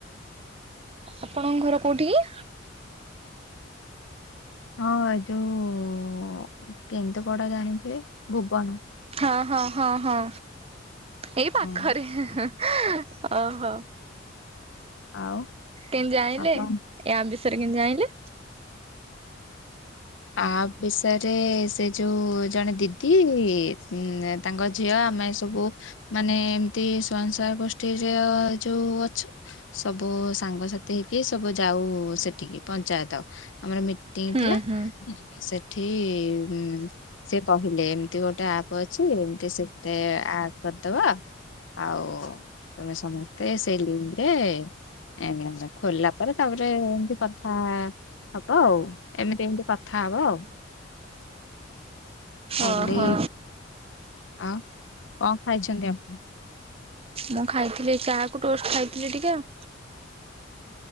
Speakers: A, on the right; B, on the left.
A: ଆପଣଙ୍କ ଘର କୋଉଁଠି କି?
B: ହଁ ଯୋଉଁ କେନ୍ଦୁ ପଡା ଜାଣିଥିବେ ଭୁବନ।
A: ହଁ ହଁ ହଁ ହଁ। ଏଇ ପାଖରେ
B: ହଁ
A: ହେଁ ହେଁ ଓହୋ।
B: ଆଉ
A: କେମିତି ଜାଇଁଲେ
B: ଆପଣ
A: ୟା ବିଷୟରେ କେମିତି ଜାଇଁଲେ?
B: ୟା ବିଷୟରେ ସେ ଯୋଉଁ ଜଣେ ଦିଦି ଉଁ ମଁ ତାଙ୍କ ଝିଅ ଆମେ ସବୁ ମାନେ ଏମିତି ସ୍ଵୟଙ୍ଗସହାୟାକ ଗୋଷ୍ଠୀରେ ଯୋଉଁ ଅଛୁଁ। ସବୁ ସାଙ୍ଗସାଥି ହେଇକି ସବୁ ଯାଉ ସେଠିକି ପଞ୍ଚାୟତ ଆମର ମି ଟେଇଁ
A: ହୁଁ
B: ଥିଲା।
A: ହୁଁ
B: ସେଠିଁ ମଁ ଉଁ ସେ କହିଲେ ଏମିତି ଗୋଟେ ଆପ୍ ଅଛି ଏମିତି ସେ ଏଁ ଆପ୍ କରିଦବା। ଆଉଁ ତମେ ସମସ୍ତେ ସେଇ ଲିଙ୍ଗରେ ଏଁ ଖୋଲିଲା ପରେ ତାପରେ ଏମିତି କଥା ହବ ଆଉ ଏମିତି ଏମିତି କଥା କଥା ହବ ଆଉ। ଖାଲି
A: ଓହୋ
B: ଆଉ କଣ ଖାଇଛନ୍ତି ଆପଣ?
A: ମୁଁ ଖାଇଥିଲି ଚା କୁ ଟୋଷ୍ଟ ଖାଇଥିଲି ଟିକେ ଆଉଁ।